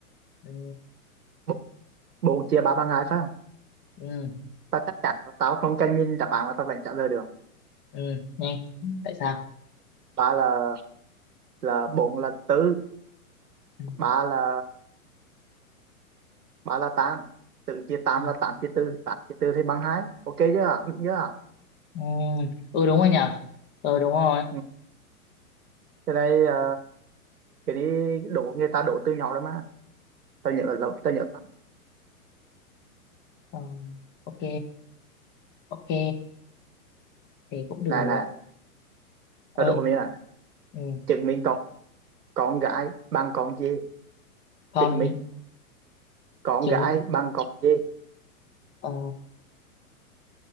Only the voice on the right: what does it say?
Bốn bốn chia ba bằng hai phải không
tao chắc chắn là tao không cần nhìn đáp án mà tao vẫn trả lời được
ba là là bốn là tứ
ba là ba là tám tự chia tám
là tám chia tư tám chia tư thì bằng hai ok chưa được chưa
ừ. cái này ờ, cái này đổ người ta đổ từ nhỏ rồi mà tao nhớ lắm tao nhớ lắm
này này
tao đổ mình là
chứng minh con con gái bằng con dê
chứng minh con
gái
bằng con dê